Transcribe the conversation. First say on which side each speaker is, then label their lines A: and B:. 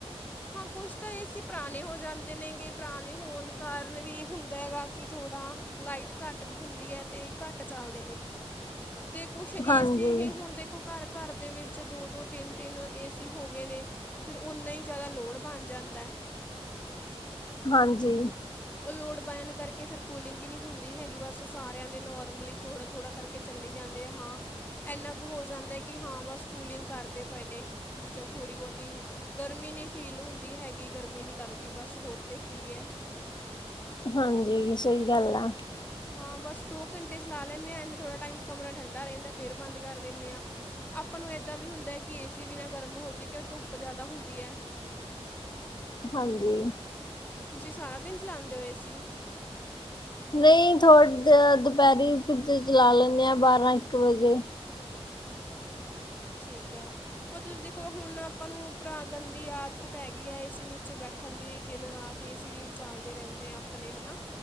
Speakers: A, on the left (about 15°); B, on the left (about 45°).
A: ਹਾਂ, ਕੁਛ ਤਾਂ ਏ ਸੀ ਪੁਰਾਣੇ ਹੋ ਜਾਂਦੇ ਨੇਗੇ ਪੁਰਾਣੇ ਹੋਣ ਕਾਰਨ ਵੀ ਹੁੰਦਾ ਹੈਗਾ ਕਿ ਥੋੜ੍ਹਾ ਲਾਈਟ ਘੱਟ ਹੁੰਦੀ ਹੈ ਤੇ, ਘੱਟ ਚਲਦੇ ਨੇ। ਤੇ ਕੁਛ ਏ
B: ਹਾਂਜੀ
A: ਸੀ ਹੀ ਹੁਣ ਦੇਖੋ ਘਰ-ਘਰ ਦੇ ਵਿੱਚ ਦੋ-ਦੋ, ਤਿੰਨ-ਤਿੰਨ ਏਸੀ ਹੋ ਗਏ ਨੇ, ਫੇਰ ਔਨਾ ਈ ਜੈਦਾ ਲੋੜ ਬਣ ਜਾਂਦਾ।
B: ਹਾਂਜੀ।
A: ਉਹ ਲੋਡ ਪੈਣ ਕਰਕੇ ਫਿਰ ਕੂਲਿੰਗ ਹੀ ਨੀ ਹੁੰਦੀ ਹੈਗੀ। ਬਸ ਸਾਰਿਆਂ ਦੇ ਨੋਰਮਲੀ ਥੋੜ੍ਹਾ-ਥੋੜ੍ਹਾ ਕਰਕ ਕੇ ਚੱਲੀ ਜਾਂਦੇ ਆ। ਹਾਂ। ਐਨਾ ਕੁ ਹੋ ਜਾਂਦੈ, ਕਿ ਹਾਂ ਬਸ ਕੂਲਿੰਗ ਕਰਦੇ ਪਏ ਨੇ ਬੀ ਚੱਲ ਥੋੜ੍ਹੀ-ਬੌਤੀ। ਗਰਮੀ ਨੀ ਫੀਲ ਹੁੰਦੀ ਹੈਗੀ, ਗਰਮੀ ਨੀ ਲੱਗਦੀ ਬਸ ਹੋਰ ਤੇ ਕੀ ਐ।
B: ਹਾਂਜੀ। ਸਹੀ ਗੱਲ ਆ।
A: ਹਾਂ, ਬਸ ਦੋ ਘੰਟੇ ਚਲਾ ਲੈਂਣੇ ਆਂ ਐਨੇ ਥੋੜ੍ਹਾ ਟਾਈਮ ਕਮਰਾ ਠੰਡਾ ਰੈੰਦੈ, ਫੇਰ ਬੰਦ ਕਰ ਦਿਣੇ ਆਂ। ਆਪਾਂ ਨੂੰ ਏਦਾਂ ਵੀ ਹੁੰਦੈ ਕਿ ਏਸੀ ਵੀ ਨਾ ਗਰਮ ਹੋ ਜੇ ਕਿਉ ਧੁੱਪ ਜੈਦਾ ਹੁੰਦੀ ਐ। <inaudible>
B: ਹਾਂਜੀ।
A: ਤੁਸੀਂ ਸਾਰਾ ਦਿਨ ਚਲਾੰਦੇ ਔ, ਏ ਸੀ?
B: ਨਹੀਂ ਥੋੜ ਦ ਦੁਪੈਰੀ ਤੇ ਚਲਾ ਲੈਂਣੇ ਆਂ ਬਾਰਾਂ ਇੱਕ ਵਜੇ।
A: ਠੀਕ ਹੈ। ਮਤਲਬ ਦੇਖੋ ਹੁਣ ਅਪਾਂ ਨੂੰ ਭਰਾ ਗੰਦੀ ਆਦਤ ਪੈ ਗੀਐ ਏ ਸੀ ਨੀਚੇ ਬੈਠਣ ਦੀ, ਦਿਨ- ਰਾਤ ਏ ਸੀ ਵੀ ਨੀ ਚਾਲਦੇ ਰੈਐਦੇ ਆ ਅਪਣੇ, ਹੈਨਾ।